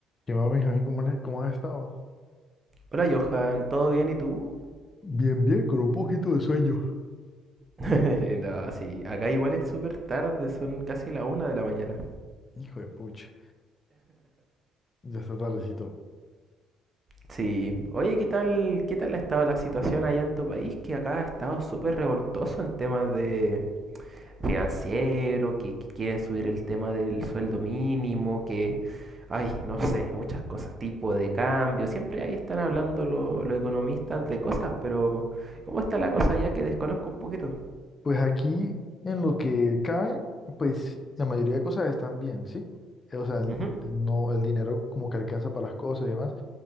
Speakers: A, on the left; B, on the right.
A: ¿Qué más, Benjamín? ¿Cómo has, cómo has estado?
B: Hola Johan, ¿todo bien y tú?
A: Bien, bien, con un poquito de sueño.
B: <laughs> No, sí, acá igual es súper tarde, son casi la una de la mañana.
A: Hijo de pucha, ya está tardecito.
B: Sí, oye, ¿qué tal, qué tal ha estado la situación allá en tu país? Que acá ha estado súper revoltoso en temas de financiero, que, que quieren subir el tema del sueldo mínimo, que, ay, no sé, muchas cosas, tipo de cambio. Siempre ahí están hablando lo- los economistas de cosas, pero ¿cómo está la cosa allá que desconozco un poquito?
A: Pues aquí, en lo que cabe, pues la mayoría de cosas están bien, ¿sí? Eh, O sea, el,
B: Ujú,
A: no, el dinero como que alcanza para las cosas y demás,